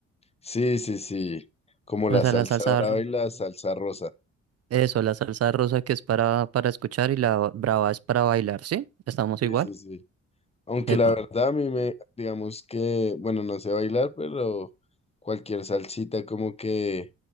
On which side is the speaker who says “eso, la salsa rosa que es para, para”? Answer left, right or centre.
Right